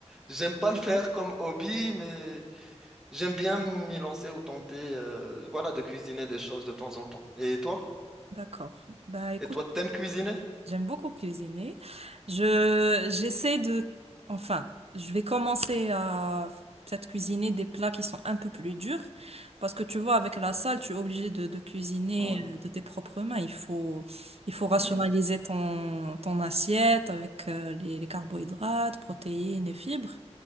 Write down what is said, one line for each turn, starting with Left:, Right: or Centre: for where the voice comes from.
Centre: J'aime pas le
Right: Ouais.
Centre: faire comme hobby, mais... J'aime bien m'y lancer ou tenter, euh, voilà, de cuisiner des choses de temps en temps. Et toi?
Right: D'accord. Bah écoute,
Centre: Et toi, t'aimes cuisiner?
Right: J'aime beaucoup cuisiner. Je, j'essaie de, enfin, je vais commencer à peut-être cuisiner des plats qui sont un peu plus durs parce que tu vois, avec la salle, tu es obligé de, de cuisiner
Centre: Ouais,
Right: euh, de tes propres mains. Il faut, il faut rationaliser
Centre: ouais,
Right: ton, ton assiette avec euh, les, les carbohydrates, protéines et fibres.